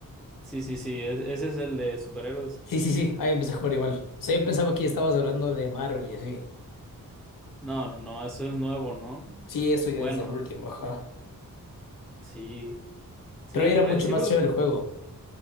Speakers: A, in the centre; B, on the left.
A: sí, sí, sí, e- ese es el de superhéroes.
B: Sí, sí, sí, ahí empecé a jugar igual. O sea, yo pensaba que estabas hablando de Marvel y así.
A: No, no, no, eso es nuevo, ¿no?
B: Sí, eso ya
A: Bueno,
B: es el último, ajá.
A: sí, sí,
B: Pero ahí era
A: me-
B: mucho
A: sí,
B: más
A: me-
B: chévere el juego.